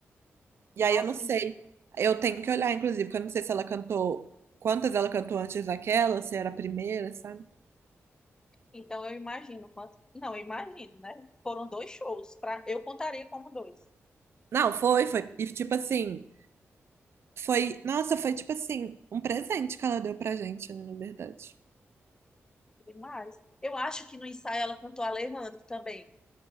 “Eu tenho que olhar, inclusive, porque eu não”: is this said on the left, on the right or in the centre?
Right